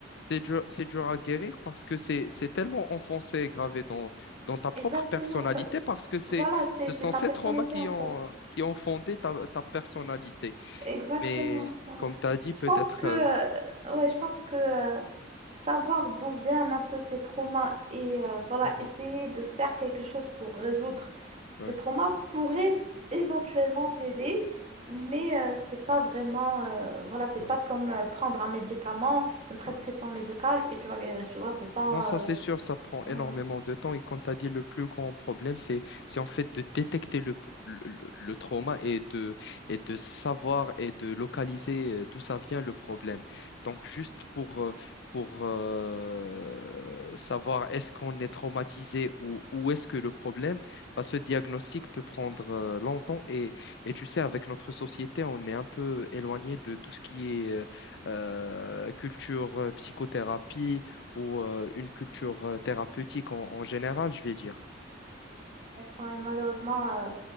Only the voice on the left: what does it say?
c'est dur, c'est dur à guérir parce que c'est, c'est tellement enfoncé et gravé dans, dans ta propre
personnalité
parce que c'est,
ce
sont
ces
traumas qui
ont, euh, qui ont fondé ta, ta personnalité.
Mais
comme tu as dit, peut-être...
euh,
mhm,
ouais,
ouais,
ouais.
Non, ça c'est
sûr, ça prend énormément
de temps. Et comme tu as dit, le plus grand problème, c'est c'est en fait de détecter le, le, le- le trauma et de, et de savoir et de localiser euh, d'où ça vient le problème. Donc, juste pour, euh, pour euh, savoir est-ce qu'on est traumatisé ou où est-ce que le problème, bah, ce diagnostic peut prendre euh, longtemps. Et, et tu sais, avec notre société, on est un peu éloigné de tout ce qui est euh, euh, culture, euh, psychothérapie ou euh, une culture euh, thérapeutique en, en général, je vais dire.